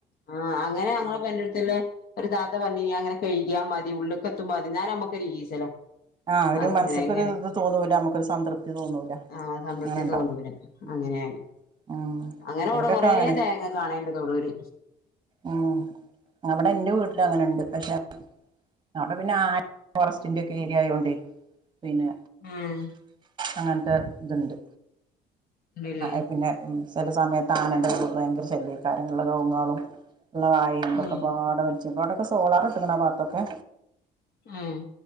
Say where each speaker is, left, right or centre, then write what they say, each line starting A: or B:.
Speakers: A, on the left (about 60°); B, on the right (about 25°).
A: ആഹ് അങ്ങനെ ഞങ്ങളെ പെരെന്റെടുത്തള്ളെ ഒരു താത്ത പറഞ്ഞീനി അത്‌ ഇങ്ങനെ കെഴ്‌കിയാ മതി ഉള്ള്ക്കെത്തും മതി ഇന്നാലും ഞമ്മക്ക് ഒരു ഈസലാ
B: ആഹ് ഒരു
A: അങ്ങനെ
B: മനസ്സക്കൊരു
A: എങ്ങനെ
B: ഇത് തോന്നൂല നമുക്കൊരു സംതൃപ്തി തോന്നൂല
A: ആഹ് സംതൃപ്തി
B: അങ്ങനെണ്ടാവും
A: തോന്നൂല
B: ഉം
A: അങ്ങനേയണ്
B: ഉം
A: അങ്ങനെ
B: അവിടെക്കെ
A: ഇവിടെ കൊറേ
B: അങ്ങനെ
A: തേങ്ങ കാണേണ്ട് തൊടൂര്
B: ഉം അവിടെ ഇന്റെ വീട്ടില് അങ്ങനെ ഇണ്ട് പക്ഷെ അവിടെ പിന്നെ ആ <unintelligible> ഫോറസ്റ്റിന്റെ ഒക്കെ ഏരിയ ആയോണ്ട് പിന്നെ
A: ആഹ്
B: അങ്ങനത്തെ ഇതുണ്ട്
A: ഉണ്ടല്ലേ
B: ആ
A: ഉം
B: പിന്നെ ചില സമയത്ത് ആനന്റ ഭയങ്കര ശല്യേക്കാരം ഇള്ള കൗങ്ങാളും ഉള്ള വാഴേ ന്തൊക്കെ
A: ആഹ്
B: പാട വെലിച്ച ഇപ്പ അവിടൊക്കെ സോളാർ ഇട്ട്ക്ക്ണ് ആ ഭാഗത്തൊക്കെ
A: ഏഹ്